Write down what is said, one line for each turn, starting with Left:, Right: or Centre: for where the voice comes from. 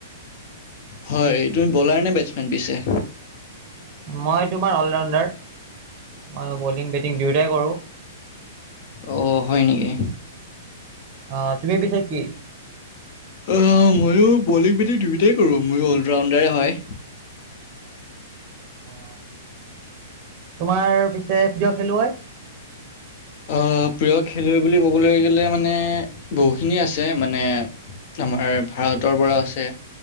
Left: হয় তুমি বলাৰ নে বেটছমেন পিছে
Right: মই তোমাৰ অলৰাউণ্ডাৰ মই বলিং বেটিং দুয়োটাই কৰোঁ
Left: অ হয় নেকি
Right: অ তুমি পিছে কি
Left: আহ ময়ো বলিং বেটিং দুয়োটাই কৰো ময়ো অলৰাউণ্ডাৰে হয়
Right: অ তোমাৰ পিছে প্ৰিয় খেলুৱৈ
Left: আহ প্ৰিয় খেলুৱৈ বুলি ক'বলৈ গ'লে মানে বহুখিনি আছে মানে। আমাৰ ভাৰতৰ পৰা আছে